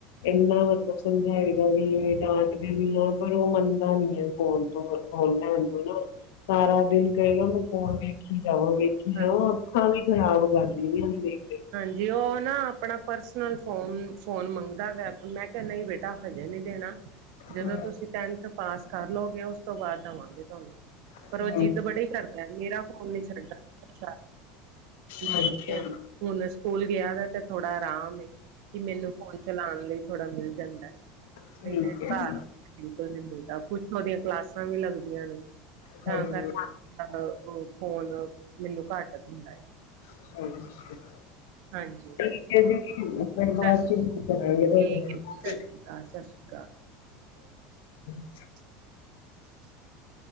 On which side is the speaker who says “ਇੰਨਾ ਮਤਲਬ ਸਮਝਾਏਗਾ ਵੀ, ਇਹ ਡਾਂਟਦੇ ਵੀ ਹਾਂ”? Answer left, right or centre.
Left